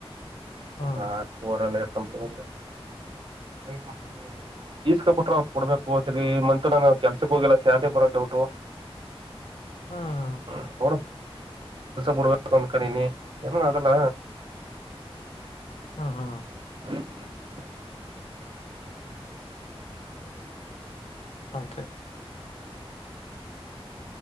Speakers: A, on the left; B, on the right.
A: ಹ್ಮ್
B: ಹ ರ್ ಸಂಥಂಗ್ ಮ ಇದು ಈಸ್ಕೊಪಟಟ್ಟ್ರ್ ಕೊಡ್ಬೇಕು ತ್ರಿ ಮಂತ ನಾ ಕೆಲ್ಸಕ್ ಹೋಗಲ್ಲ ಸ್ಯದೇ ಬರೋ ಡೌಟು <inaudible>
A: ಹ್ಮ
B: ಹ ಬುಡ್ಗೊಂಡ್ ಕಣಿನಿ ಏಮ್ಮ ಅದಲ್ಲ
A: ಹ್ಮ ಹಾ
B: <inaudible>
A: ಕೆ